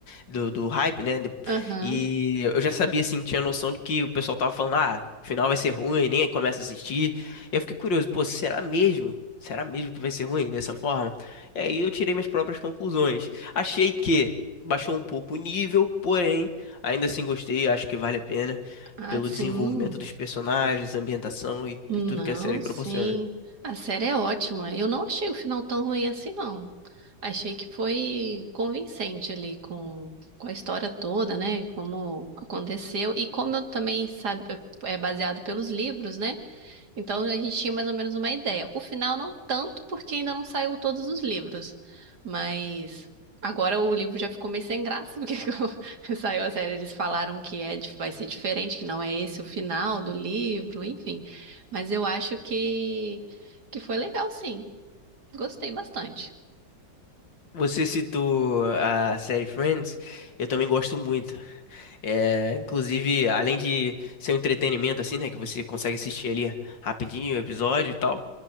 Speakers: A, on the left; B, on the right.
A: do, do hype, né? de-
B: <laughs> Aham.
A: E eu já sabia, assim, tinha noção de que o pessoal tava falando, ah, o final vai ser ruim, nem começa a assistir. Eu fiquei curioso, pô, será mesmo? Será mesmo que vai ser ruim dessa forma? E aí eu tirei minhas próprias conclusões. Achei que baixou um pouco o nível, porém, ainda assim gostei, acho que vale a pena
B: Ah,
A: pelo
B: sim.
A: desenvolvimento dos personagens, ambientação e,
B: Não,
A: e tudo que a série proporciona.
B: sim. A série é ótima. Eu não achei o final tão ruim assim, não. Achei que foi convincente ali com, com a história toda, né? Como aconteceu. E como eu também sabe, é é baseado pelos livros, né? Então a gente tinha mais ou menos uma ideia. O final não tanto, porque ainda não saiu todos os livros. Mas agora o livro já ficou meio sem graça, porque <laughs> quando saiu a série, eles falaram que é, dif- vai ser diferente, que não é esse o final do livro, enfim. Mas eu acho que, que foi legal, sim. Gostei bastante.
A: Você citou a série Friends, eu também gosto muito. É, inclusive, além de ser um entretenimento, assim, né? Que você consegue assistir ali rapidinho o episódio e tal.